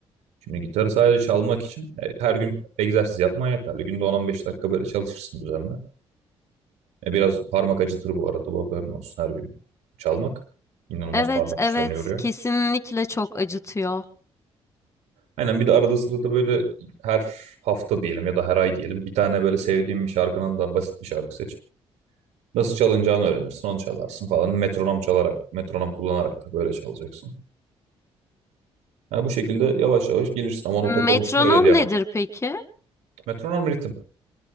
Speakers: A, on the right; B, on the left.
A: Şimdi gitarı sadece çalmak için e, her gün egzersiz yapman yeterli. Günde on on beş dakika böyle çalışırsın düzenli. E, biraz parmak acıtır bu arada, bu haberin olsun her gün çalmak. İnanılmaz
B: Evet,
A: parmak
B: evet,
A: uçlarını yoruyor.
B: kesinlikle çok acıtıyor.
A: Aynen bir de arada sırada böyle her hafta diyelim ya da her ay diyelim bir tane böyle sevdiğim bir şarkının da basit bir şarkı seç. Nasıl çalınacağını öğrenirsin. Onu çalarsın falan. Metronom çalarak, metronom kullanarak da böyle çalacaksın. Yani bu şekilde yavaş yavaş gelirsin ama nota
B: Metronom
A: konusunu öyle diyemem.
B: nedir peki?
A: Metronom ritim.